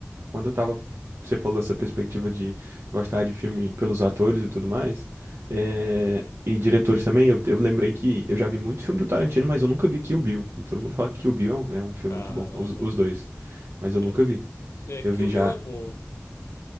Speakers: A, on the right (about 70°); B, on the left (about 75°).
A: Quando eu tava, você falou essa perspectiva de gostar de filme pelos atores e tudo mais, é, e diretores também, eu, eu lembrei que eu já vi muito filme do Tarantino, mas eu nunca vi Kill Bill. E todo mundo fala que Kill Bill é um, é um filme
B: Caramba.
A: muito bom, os, os dois. Mas eu
B: É,
A: nunca vi.
B: é,
A: Eu
B: Kill
A: vi já,
B: Bill é bom.